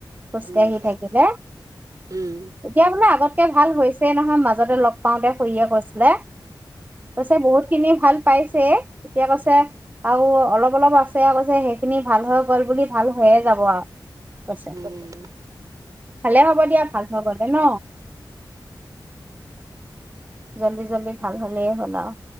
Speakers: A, on the right; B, on the right.
A: খোজকাঢ়ি
B: উম,
A: থাকিলে,
B: উম,
A: এতিয়া বোলে আগত। তকে ভাল হৈছেই নহয় মাজতে লগ পাওঁতে খুৰীয়ে কৈছিলে। কৈছে, বহুত খিনি ভাল। পাইছে। তেতিয়া কৈছে, আৰু অলপ। অলপ আছে কৈছে, সেইখিনি ভাল হৈ গ'ল বুলি ভাল। হৈয়ে যাব আৰু, কৈছে।
B: উম,
A: খালে। হব দিয়া, ভাল হৈ গ'লে ন। জল্দি-জল্দি ভাল হ'ল। হ'লে হল আও।